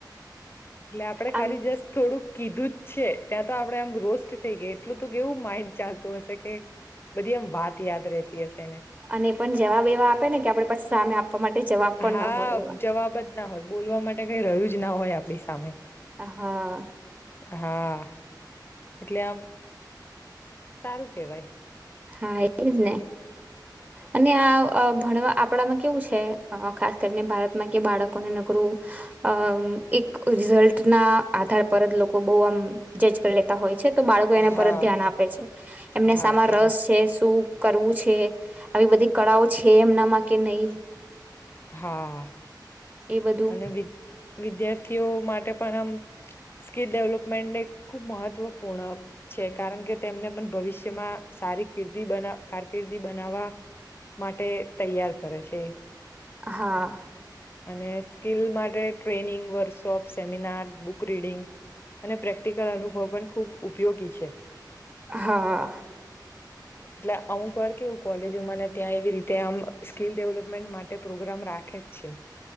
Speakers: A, on the left (about 30°); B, on the right (about 20°).
A: એટલે આપડે
B: આમ
A: ખાલી જસ્ટ થોડુંક કીધું જ છે ત્યાં તો આપડે આમ રોસ્ટ થઈ ગયા એટલું કે એવું માઇન્ડ ચાલતું હશે કે બધી એમ વાત યાદ રતી હશે ને
B: અને એ પણ જવાબ એવા આપે ને કે આપડે પછી સામે આપ આપવા માટે જવાબ પણ
A: હા
B: ના હોય એવા.
A: જવાબ જ ના હોય બોલવા માટે કઈ રહ્યું જ ના હોય આપણી સામે.
B: હા.
A: હા. એટલે આમ સારું કેવાય.
B: હા એજ ને. અને આ ભણવા આપડામાં કેવું છે ખાસ કરીને ભારતમાં કે બાળકોને નગરું અ એક રિઝલ્ટ ના આધાર પર જ લોકો બહ આમ જજ કરી લેતા હોય છે તો બાળકો
A: હા
B: એને પરત ધ્યાન આપે છે એમને
A: હા
B: સામાર
A: કે
B: રસ છે સૂપ કરવું છે આવી બધી કળાઓ છે એમનામાં કે નહી
A: હા
B: એ બધું
A: અને વિ વિદ્યાર્થીઓ માટે પણ આમ સ્કીિલ ડેવલપમેન્ટને ખૂબ મહત્વપૂર્ણ છે કારણ કે તેમને પણ ભવિષ્યમાં સારી કિર્દી કારકિર્દી બનાવવા માટે તૈયાર કરે છે
B: હા
A: અને સ્કીલ માટે training workshop seminar book reading અને પ્રેક્ટિકલ અનુભવ પણ ખૂબ ઉપયોગી છે
B: હા
A: એટલે અમુક વાર કેવું કોલેજોમાંને ત્યાં એવી રીતે આમ સ્કીિલ ડેવલપમેન્ટ માટે પ્રોગ્રામ રાખે જ છે